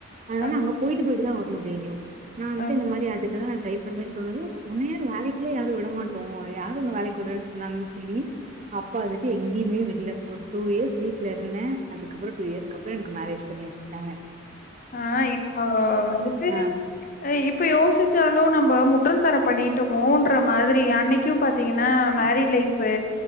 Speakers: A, on the right; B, on the left.
A: அதனால
B: ஓக்
A: அங்க போய்ட்டு போய்ட்டு தா வர்னனூ டெய்லியூ நா‌ வந்துட்டு
B: ஓக்.
A: இந்த மாரி அதுக்குதா நா ட்ரை பண்றோ சொன்னதும் உன்ன யாரு வேலைக்குலா யாரு விடமாட்டோ யாரு ஒன்ன வேலக்கி விடறன்னு சொன்னாங்கன்னு சொல்லி அப்பா அதுவரிக்கூ எங்கியுமே விட்ல ஒரு டூ இயர்ஸ் வீட்ல இருந்தே அதுக்கப்பறே டூ இயர்ஸ் அப்றோ எனக்கு மேரேஜ் பண்ணிவச்ட்டாங்க
B: ஆ இப்ப வந்துட்டு
A: ஆ
B: இப்ப யோசிச்சாலூ நம்ம முட்டால்தனே பண்ணிட்டோமோன்ற மாதிரி அன்னிக் க்கு பாத்தீங்கன்னா மேரிட் லைஃப்ஹு